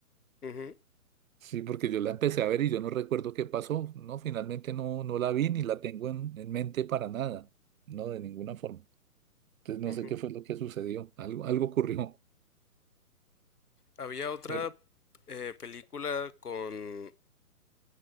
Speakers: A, on the left (about 85°); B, on the right (about 65°).
A: Ujú,
B: Sí, porque yo la empecé a ver y yo no recuerdo qué pasó. No, finalmente no, no la vi ni la tengo en, en mente para nada. No, de ninguna forma. Entonces no
A: ujú.
B: sé qué fue lo que sucedió. Algo, algo ocurrió
A: Había
B: <laughs>
A: otra
B: de,
A: eh, película con...